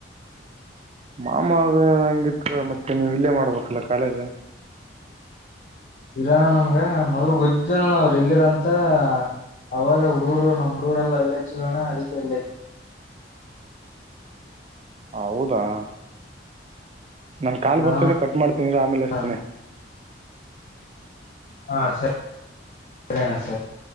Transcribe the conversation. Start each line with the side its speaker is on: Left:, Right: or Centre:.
Right: ಮಾಮ, ಆದರೆ, ಹಂಗಿತ್ತು, ಮತ್ತೆ, ನೀವು, ಇಲ್ಲೇ ಮಾಡ್ಬೇಕಲ್ಲ, ಕಾಲೇಜು? <inaudible>
Left: ಇಲ್ಲಣ್ಣ, ನಮ್ಗ, ಮೊದ್ಲು! ಗೊದಿಲ್ಲಣ ಅವರು ಎಲ್ಲಿದರಂತ? <inaudible> ಅವಾಗ, ಹುಡುಗರು, ನಮ್ಮ, ಹುಡುಗೂರೆಲ್ಲ ಒಳ್ಳೇ, ಜೀವನ, ಅದಕ್ಕೆ, ಇಲ್ಲೇ?. <unintelligible>
Right: ಹೌದಾ. <inaudible> ನನ್, ಕಾಲ್,
Left: ಹಾ
Right: ಬರ್ತಿದೆ, ಕಟ್ ಮಾಡ್ತೀನಿ, ಇರು, ಆಮೇಲೆ, ಅಚ್ಯುತೀನಿ.
Left: ಅಣ್ಣ.
Right: <inaudible>
Left: ಹಾ, ಸರಿಣ, ಸರಿ. <inaudible>